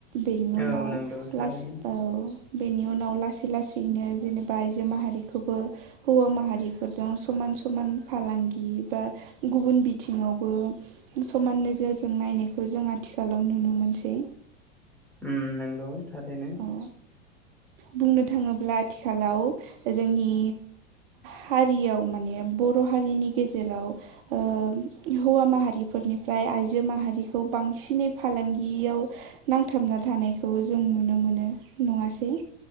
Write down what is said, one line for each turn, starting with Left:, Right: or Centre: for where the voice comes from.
Right: बेनि उनाव
Centre: औ नंगौ थारैनो
Right: लासै औ बेनि उनाव लासै लासैनो जेने दा आइजो माहारिखौबो हौवा माहारिफोरजों समान समान फालांगि बा गुबुन बिथिङावबो समान नोजोरजों नायनायखौ जों आथिखालाव नुनो मोनसै।
Centre: उम नंगौ थारैनो
Right: औ बुंनो थाङोब्ला आथिखालाव जोंनि हारियाव माने बर' हारिनि गेजेराव ओ हौवा माहारिफोरनिफ्राय आइजो माहारिखौ बांसिनै फालांगियाव नांथाबना थानायखौ जों नुनो मोनो नङासै